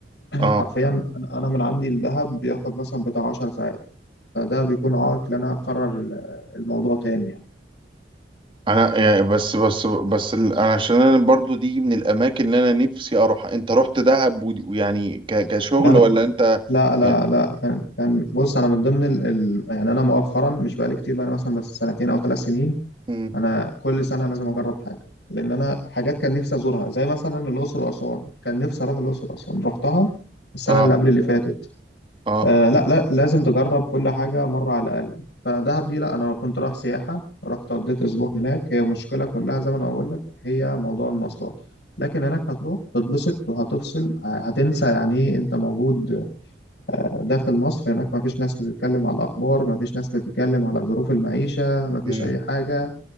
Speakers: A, on the left (about 70°); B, on the right (about 30°).
A: <laughs>
B: اه
A: حرفيا أنا أنا من عندي لدهب بياخد مثلا بتاع 10 ساعات فده بيكون عائق إن أنا أقرر ال- الموضوع تاني يعني.
B: انا يعني بس بس بس ال- انا عشان انا برضو دي من الاماكن اللي انا نفسي اروح انت رحت دهب ودي- ويعني ك- كشغل
A: انا
B: ولا انت
A: لا لا
B: يعني
A: لا كان كان بص انا من ضمن ال... ال... يعني انا مؤخرا مش بقالي كتير بقى انا مثلا بس سنتين او ثلاث سنين
B: امم
A: انا كل سنه لازم اجرب حاجه لان انا حاجات كان نفسي ازورها زي مثلا الاقصر واسوان كان نفسي اروح الاقصر واسوان رحتها السنه
B: اه
A: اللي قبل اللي فاتت
B: اه
A: آه لا لا لازم تجرب كل حاجه مره على الاقل فدهب دي لا انا كنت رايح سياحه رحت قضيت اسبوع هناك هي مشكله كلها زي ما انا بقول لك هي موضوع المواصلات لكن هناك هتروح تتبسط وهتفصل هتنسى يعني ايه انت موجود داخل مصر هناك ما فيش ناس بتتكلم على الأخبار ما فيش ناس بتتكلم على ظروف المعيشة ما فيش
B: اه
A: أي حاجة